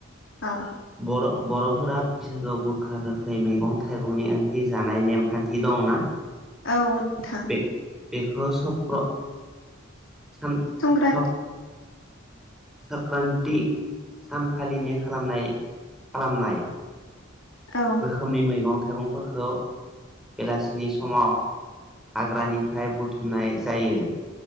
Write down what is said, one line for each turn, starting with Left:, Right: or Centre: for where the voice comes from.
Left: अ
Centre: बर' बर'फोरा बैसागआव गोखा गोखै मैगं थाइगंनि ओंख्रि जानाय नेमखान्थि दंना
Left: औ नोंथां
Centre: बे बेखौ सक्र सान <unintelligible>
Left: संक्रान्ति
Centre: सक्रान्ति सानखालिनि खालामनाय खालामनाय
Left: औ
Centre: रोखोमनि मैगं थाइगंफोरखौ बेलासिनि समाव हाग्रानिफ्राय बुथुमनाय जायो